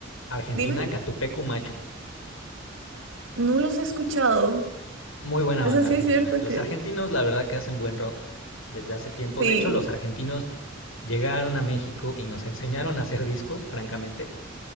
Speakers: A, on the left (about 85°); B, on the right (about 75°).
A: Argentina,
B: dime,
A: Catupecu Machu.
B: no los he escuchado.
A: Muy buena
B: Eso
A: banda
B: sí
A: argentina.
B: es cierto
A: Los
B: que
A: argentinos, la verdad, que hacen buen rock desde hace tiempo.
B: sí,
A: De hecho, los argentinos llegaron a México y nos enseñaron a hacer discos, francamente.